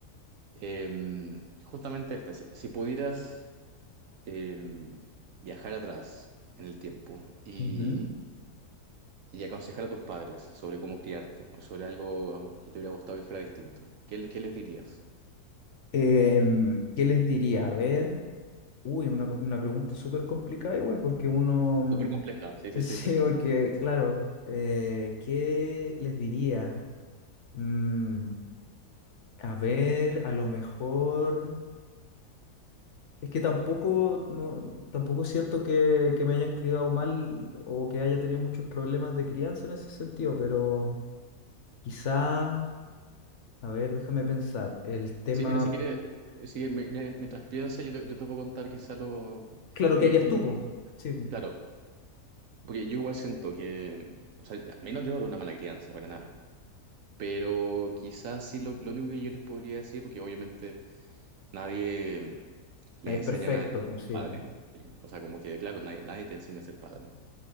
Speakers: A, on the right; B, on the left.
A: Em, justamente esta. Si, si pudieras em, viajar atrás en el tiempo y,
B: Ujú.
A: y aconsejar a tus padres sobre cómo criarte o sobre algo que te hubiera gustado que fuera distinto, ¿qué, le- qué les dirías?
B: Em, ¿qué les diría? A ver, uy, una, una pregunta súper complicada igual, porque uno, mm,
A: Súper compleja,
B: <laughs>
A: sí, sí,
B: sí,
A: sí, sí.
B: porque, claro, eh, ¿qué les diría? Mm, a ver, a lo mejor... Es que tampoco, no, tampoco siento que, que me hayan criado mal o que haya tenido muchos problemas de crianza en ese sentido, pero quizá, a ver, déjame pensar, el tema,
A: Sí, mira, si quieres, si, me- me- mientras piensa, yo te, yo te puedo contar quizá lo...
B: claro, ¿qué
A: Porque,
B: harías tú,
A: yo-
B: po? Sí, po.
A: claro, porque yo igual siento que... O sea, a mí no yo no una mala crianza, para nada. Pero quizás sí lo, lo único que yo les podría decir, porque obviamente nadie le
B: Nadie
A: enseña
B: es perfecto,
A: a nadie cómo
B: po,
A: ser
B: sí,
A: padre.
B: po.
A: ¿sí? O sea, como que, claro, nadie, nadie te enseña a ser padre.